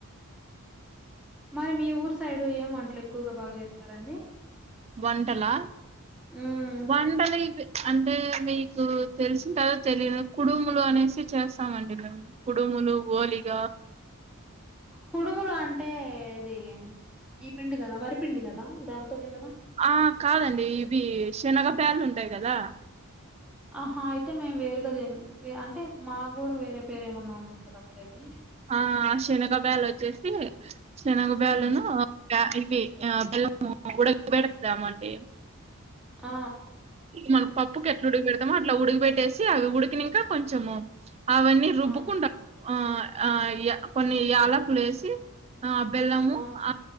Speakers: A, in the centre; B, on the right.
A: మరి మీ ఊరు సైడ్ ఏం వంటలు ఎక్కువగ బాగ చేస్తారండి
B: వంటలా
A: హ్మ్.
B: వంటలు ఇవి అంటే మీకు తెలిసిన కదా తెలిదు కుడుములు అనేసి చేస్తామండి మేము కుుడుములు ఒలిగ
A: కుడుములు అంటే ఇది ఈ పిండి కదా వరిపిండి కదా దాంతోనే కదా
B: ఆ కాదండి ఇవి శనగ బ్యాలు ఉంటాయి కదా
A: ఆహా అయితే మేం వేరుగా <unintelligible> అంటే మాకు కూడా వేరే పేరు ఏమన్నా <unintelligible> అట్లయితే
B: ఆ శనగ బ్యాలు వచ్చేసి శనగ
A: హ్మ్.
B: బ్యాలు ను ఇవి బెల్లము ఉడక పెడుతము అండి
A: ఆ
B: మన పప్పుకు ఎట్లా ఉడికి పెెడతామో అట్లా ఉడిగి పెెట్టేసి అవి ఉడికినాంక కొంచెము అవన్నీ రుబ్బుకుంట
A: ఆ!
B: ఆ ఆ కొన్ని యాలకులు ఏసీ ఆ బెల్లము
A: ఆ!
B: అ